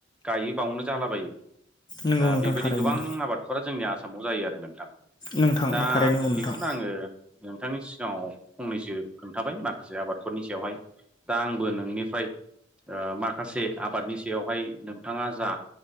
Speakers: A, in the centre; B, on the left.
A: गायो बावनो जालाबायो।
B: नंगौ
A: दा
B: नोंथां
A: बेबायदि
B: थारैनो
A: गोबां आबादफोरा जोंनि आसामाव जायो आरो नोंथां।
B: नोंथां
A: दा
B: थारैनो औ नोंथां
A: बेखौनो आङो नोंथांनि सिगाङाव फंनैसो खोन्थाबाय माखासे आबादफोरनि सायावहाय दा आंबो नोंनिफ्राय ओ माखासे आबादनि सायावहाय नोंथाङा जा